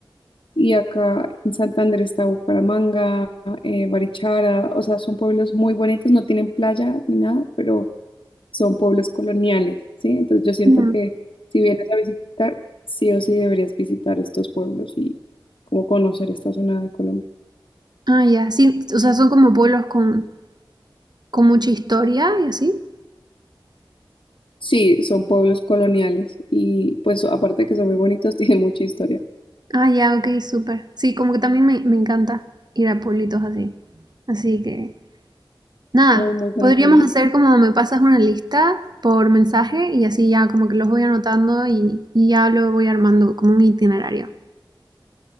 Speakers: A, on the left; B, on the right.
A: Y acá en Santander está Bucaramanga, eh, Barichara, o sea, son pueblos muy bonitos, no tienen playa ni nada, pero son pueblos coloniales, ¿sí? Entonces yo siento
B: Mm.
A: que si vienes a visitar, sí o sí deberías visitar estos pueblos y como conocer esta zona de Colombia.
B: Ah, ya, sí, o sea, son como pueblos con, con mucha historia y así.
A: Sí, son pueblos coloniales y pues aparte de que son muy bonitos, <laughs> tienen mucha historia.
B: Ah, ya, ok, súper. Sí, como que también me, me encanta ir a pueblitos así. Así que, nada,
A: Muy, muy bonito.
B: podríamos
A: el-
B: hacer como me pasas una lista por mensaje y así ya como que los voy anotando y, y ya lo voy armando como un itinerario.